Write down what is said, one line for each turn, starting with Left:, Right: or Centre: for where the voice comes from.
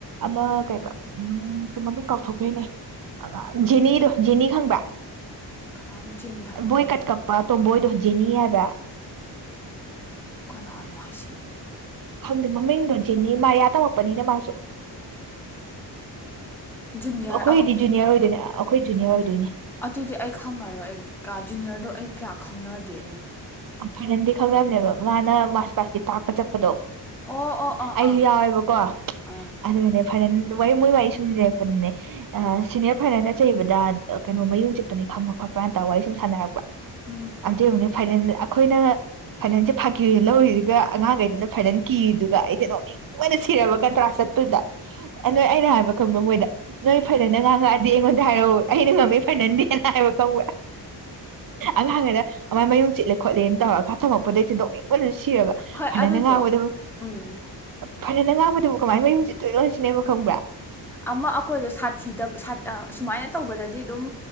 Right: ꯑꯃ ꯀꯩ ꯃꯃꯤꯡ ꯀꯥꯎꯊꯣꯛꯈ꯭ꯔꯦꯅꯦ ꯖꯦꯅꯤꯗꯣ ꯖꯦꯅꯤ ꯈꯪꯕ꯭ꯔ
Centre: ꯀꯅꯥꯅꯣ ꯆꯦꯅꯤ ꯍꯥꯏꯕꯣ
Right: ꯕꯣꯣꯏ ꯀꯠ ꯀꯄ ꯇꯝꯕꯣꯏꯗꯣꯖꯤꯅꯤ ꯍꯥꯏꯕ
Centre: ꯀꯅꯥꯅꯣ ꯍꯥꯏꯁꯦ
Right: ꯈꯪꯗꯦ ꯃꯃꯤꯡꯗꯣ ꯖꯤꯅꯤ ꯃꯥꯌꯥ ꯇꯝꯃꯛꯄꯅꯤꯅ ꯃꯥꯁꯨ
Centre: ꯖꯨꯅꯤꯌꯔ
Right: ꯑꯩꯈꯣꯏꯗꯤ ꯖꯨꯅꯤꯌꯔ ꯑꯣꯏꯗꯣꯏꯅꯦ ꯑꯩꯈꯣꯏꯁꯨꯨꯅꯦ ꯑꯣꯏꯗꯣꯏꯅꯤ
Centre: ꯑꯗꯨꯗꯤ ꯑꯩ ꯈꯪꯉꯔꯣꯏ ꯑꯩ ꯀꯥ ꯖꯨꯅꯤꯌꯔꯗꯣ ꯑꯩ ꯀꯌꯥ ꯈꯪꯅꯗꯦ
Right: ꯑ ꯐꯔꯦꯟꯗꯤ ꯈꯪꯗꯕꯅꯦꯕ ꯃꯥꯅ ꯃꯥꯔꯁ ꯄꯔꯁꯀꯤ ꯇꯥꯛꯄ ꯆꯠꯄꯗꯣ
Centre: ꯑꯣ ꯑꯣ ꯑꯥ
Right: ꯑꯩꯁꯨ
Centre: ꯑꯥ
Right: ꯌꯥꯎꯋꯦꯕꯀꯣ
Centre: ꯑꯥ
Right: ꯑꯗꯨꯒꯅꯦ ꯐꯔꯦꯟ ꯋꯥꯔꯤ ꯃꯣꯏ ꯋꯥꯔꯤ ꯁꯨꯝꯁꯔꯛꯄꯗꯨꯅꯦ ꯑ
Centre: ꯑꯥ
Right: ꯁꯤꯅꯤꯌꯔ ꯐꯥꯏꯅꯦꯜ ꯑ ꯆꯩꯕꯗ ꯀꯩꯅꯣ ꯃꯌꯨꯡ ꯆꯤꯛꯄꯅꯤ ꯈꯪꯕ ꯈꯣꯠꯄ꯭ꯔꯅ ꯇꯥꯋꯥꯏ ꯁꯨꯝ ꯁꯥꯟꯅꯔꯛꯄ
Centre: ꯎꯝ
Right: ꯑꯗꯨ ꯑꯃꯨ ꯐꯥꯏꯜ ꯑꯩꯈꯣꯏꯅ ꯐꯅꯜꯁꯦ ꯐꯥꯀꯤꯅ ꯂꯧꯔꯤꯗꯨꯒ ꯑꯉꯥꯡꯈꯩꯗꯨꯅ ꯐꯅꯜ ꯀꯤꯔꯤꯗꯨꯒ ꯑꯩꯁꯦ ꯅꯣꯡꯅꯤꯡ ꯑꯣꯏꯅ ꯁꯤꯔꯕꯒ ꯇ꯭ꯔꯥ ꯆꯠ ꯑꯗꯨꯗ ꯅꯣꯏ ꯑꯩꯅ ꯍꯥꯏꯕ ꯈꯪꯕ ꯃꯣꯏꯗ ꯅꯣꯏ ꯐꯖꯅ ꯉꯥꯡꯉꯛꯑꯗꯤ ꯑꯩꯉꯣꯟꯗ ꯍꯥꯏꯔꯛꯑꯣ ꯑꯩꯅ ꯉꯝꯃꯦ ꯐꯅꯟꯗꯦꯅ ꯍꯥꯏꯕ ꯈꯪꯋ ꯑꯉꯥꯡꯉꯗ ꯑꯥꯏ ꯃꯌꯨꯝ ꯆꯠꯂꯦ ꯈꯣꯠꯂꯦꯅ ꯇꯧꯒꯥꯊꯃꯛꯄꯗꯁꯤꯗꯣꯛ ꯁꯤꯔꯕ
Centre: ꯍꯣꯏ
Right: ꯐꯖꯅ
Centre: ꯑꯗꯨꯗꯣ
Right: ꯉꯥꯡꯒꯗꯕ
Centre: ꯎꯝ
Right: ꯐꯅꯅ ꯉꯥꯡꯕꯗꯨꯕꯨ ꯀꯃꯥꯏ ꯃꯌꯨꯝꯁꯦ ꯇꯣꯏꯅ ꯂꯣꯏꯁꯤꯦꯕ ꯈꯪꯕ꯭ꯔꯥ
Centre: ꯑꯃ ꯑꯩꯈꯣꯏꯗꯣ ꯁꯥ ꯊꯤꯗꯕ ꯁꯨꯃꯥꯏꯅ ꯇꯧꯕꯗꯗꯤ ꯑꯗꯨꯝ